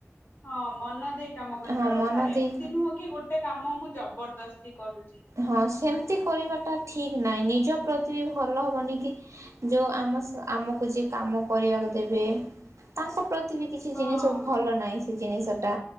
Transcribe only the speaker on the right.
ହଁ
ମନ ଦେଇ
ହଁ ସେମିତି କରିବାଟା ଠିକ ନାହିଁ ନିଜ ପ୍ରତି ବି ଭଲ ହବନି କି? ଯୋଉ ଆମ ଆମକୁ ଯିଏ କାମ କରିବାକୁ ଦେବେ ତାଙ୍କ ପ୍ରତି ବି କିଛି
ଜିନିଷ ଭଲ ନାହିଁ ସେ ଜିନିଷଟା